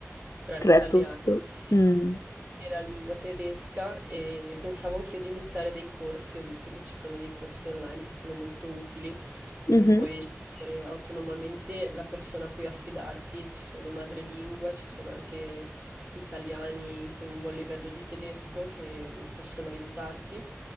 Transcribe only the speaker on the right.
tra l'italiano
e
e la lingua tedesca e pensavo anch'io di iniziare dei corsi, ho visto che ci sono dei corsi online che sono molto utili, dove
puoi scegliere autonomamente la persona a cui affidarti, ci sono madrelingua, ci sono anche italiani con un buon livello di tedesco che possono aiutarti.